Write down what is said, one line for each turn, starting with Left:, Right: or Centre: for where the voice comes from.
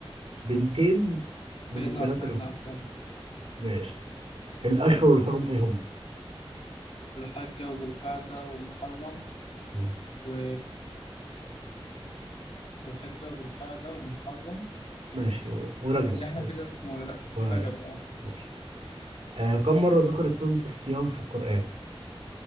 Right: بنتين
Left: سيدنا
Right: من بنات
Left: عثمان
Right: الرسول
Left: بن عفان،
Right: ماشي الاشهر الحرم ايه
Left: ذو الحجة وذو القعدة ومحرم
Right: هم
Left: و ذو الحجة وذو القعدة ومحرم،
Right: ماشي و- ورجب
Left: اللي إحنا
Right: ماشي
Left: فيه ده اسمه إيه؟
Right: ورجب
Left: رجب أه،
Right: ماشي آه كم مرة ذكرت كلمة الصيام في القرآن؟